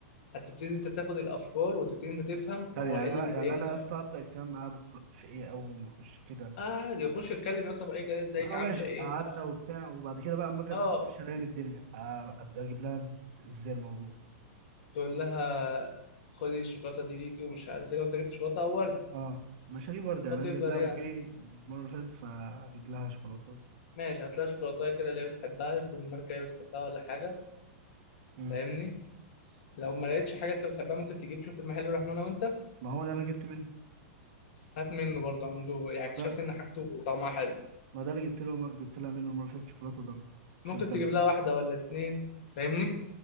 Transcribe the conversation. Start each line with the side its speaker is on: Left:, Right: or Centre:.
Left: هتبتدي انت تاخد الافكار وتبتدي انت تفهم
Right: ثانية
Left: هو
Right: يعني
Left: ايه اللي
Right: أنا
Left: بيضايقها
Right: يعني أنا يا اسطى هبدأ الكلام معاه بكرة في إيه أول ما أخش كده
Left: قاعد يخش يتكلم يوصف اي كلام ازيك
Right: لا
Left: عامله
Right: ماشي
Left: ايه
Right: قعدنا
Left: ومش عارف
Right: وبتاع وبعد كده بقى أما أجي
Left: اه
Right: أخش ألاقي الدنيا آه، أبدأ أجيب لها إزاي الموضوع
Left: تقول لها خدي الشوكولاته دي ليكي ومش عارف ايه لو انت جبت شوكولاته او ورد
Right: أه مش هجيب ورد يعني
Left: وات
Right: أنا
Left: ايفر
Right: جايب لها
Left: يعني
Right: بوكيه المرة اللي فاتت فأجيب لها شوكولاتة بس
Left: ماشي هتلاقي شوكولاته كده اللي هي بتحبها تكون ماركه هي بتحبها ولا حاجه
Right: مم.
Left: فاهمني لو ما لقيتش حاجه انت بتحبها ممكن تجيب شفت المحل اللي رحنا انا وانت
Right: ما هو ده اللي أنا جبت منه
Left: هات منه برضه عنده يعني
Right: ما
Left: اكتشفت
Right: هو ده
Left: ان حاجته طعمها حلو
Right: ما هو ده اللي جبت له جبت لها منه المرة اللي فاتت شوكولاتة دارك
Left: ممكن
Right: عشان كان
Left: تجيب لها واحده ولا اتنين فاهمني